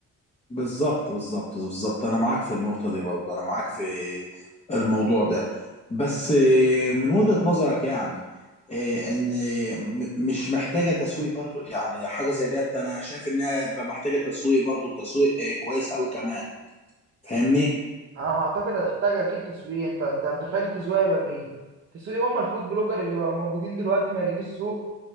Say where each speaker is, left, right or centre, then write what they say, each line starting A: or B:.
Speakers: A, on the left; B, on the right.
A: بالظبط بالظبط بالظبط انا معاك في النقطة دي برضو انا معاك في الموضوع ده بس آه، من وجهة نظرك يعني آه، ان م- مش محتاجة تسويق برضو يعني حاجة زي ديت انا شايف انها بقى محتاجة تسويق برضو تسويق آه، كويس اوي كمان فاهمني
B: انا اعتقد هتحتاج اكيد تسويق انت انت متخيل التسويق هيبقى مين التسويق هم الفود بلوجر اللي بقى موجودين دلوقتي مالين السوق